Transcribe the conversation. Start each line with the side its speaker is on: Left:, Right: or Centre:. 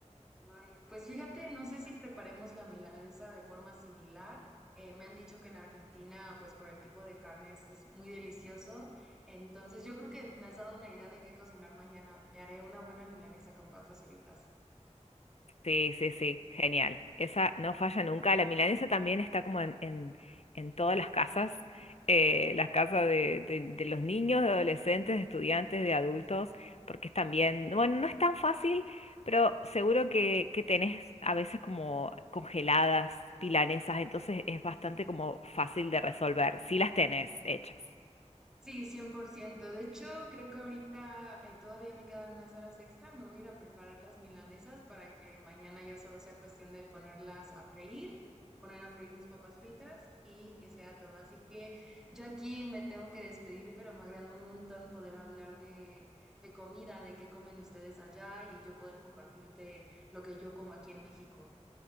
Centre: Ay, pues fíjate, no sé si preparemos la milanesa de forma similar. Eh, me han dicho que en Argentina, pues por el tipo de carnes es muy delicioso. Entonces yo creo que me has dado una idea de qué cocinar mañana. Me haré una buena milanesa con papas fritas.
Left: Sí, sí, sí, genial. Esa no falla nunca. La milanesa también está como en, en, en todas las casas, eh, las casas de, de- de los niños, de adolescentes, de estudiantes, de adultos, porque es también, no, bueno, no es tan fácil, pero seguro que, que tenés a veces como congeladas milanesas, entonces es bastante como fácil de resolver, si las tenés hechas.
Centre: Sí, 100%. De hecho, creo que ahorita eh, todavía me quedan unas horas extra. Me voy a ir a preparar las milanesas para que mañana ya solo sea cuestión de ponerlas a freír, poner a freír mis papas fritas y que sea todo. Así que yo aquí me tengo que despedir, pero me agradó un montón poder hablar de, de comida, de qué comen ustedes allá y yo poder compartirte lo que yo como aquí en México.